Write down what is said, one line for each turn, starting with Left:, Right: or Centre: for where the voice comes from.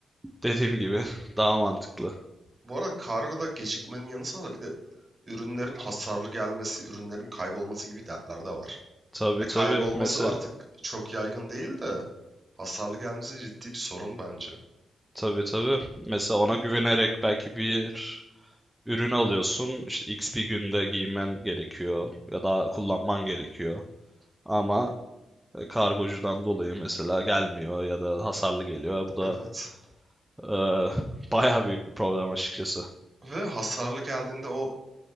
Centre: Dediğim gibi <laughs> daha mantıklı.
Right: Bu arada kargoda gecikmenin yanı sıra bir de ürünlerin hasarlı gelmesi, ürünlerin kaybolması gibi dertler de var.
Centre: Tabii
Right: Ya
Centre: tabii
Right: kaybolması
Centre: mesela.
Right: artık çok yaygın değil de hasarlı gelmesi ciddi bir sorun bence.
Centre: Tabii tabii. Mesela ona güvenerek belki bir ürün alıyorsun. İşte X bir günde giymen gerekiyor ya da kullanman gerekiyor. Ama e, kargocudan dolayı mesela gelmiyor ya da hasarlı geliyor. Bu da
Right: Evet.
Centre: e, <laughs> bayağı büyük bir problem açıkçası.
Right: Ve hasarlı geldiğinde o